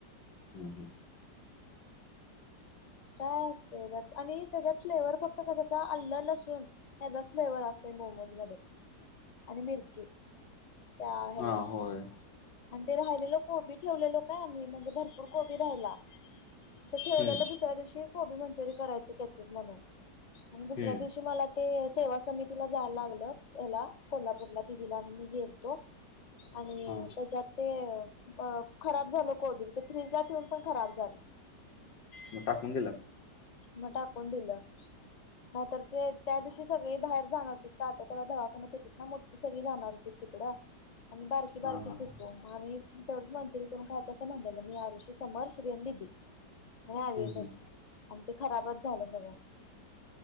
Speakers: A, on the left; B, on the left.
A: हम्म हम्म
B: काय असतय त्यात आणि त्याच्यात फ्लेवर फक्त कशाचा आल्ल लसूून ह्याजाच फ्लेवर अस ते मोमोज मध्ये आणि मिरची. त्या ह्याला
A: हा होय.
B: आणि ते राहिलेलं कोबी ठेवलेलो का मी म्हणजे भरपूर कोबी राहायला ते ठेवलेलं
A: हम्म
B: दुसऱ्या दिवशी कोबी मंचुरी करायचं त्याचच म्हणून आणि दुसऱ्या
A: हम्म
B: दिवशी मला ते सेवा समितीला जायला लागल ह्येला कोल्हापूरला दिदीला आणि मी गेलतो आणि
A: हा
B: त्याच्यात ते अ खराब झाल कोबी ते फ्रीज ला ठेऊन पण खराब झालं.
A: म टाकून दिला
B: म टाकून दिलं नायतर ते त्या दिवशी सगळे बाहेर जाणार होते. तात्या तवा दवाखानात होतीत ना मोठी सगळी जाणार होती तिकडं आम्ही बारकी
A: हा
B: बारकीच
A: हा हम्म
B: होतो म आम्ही तेवढंच मंचुरी करून खायचं असं म्हणटलं मी, आऋषी, समर्श, श्री आणि दिदी हा आवि एक होता.
A: हम्म
B: आणि ते खराबच झालं सगळं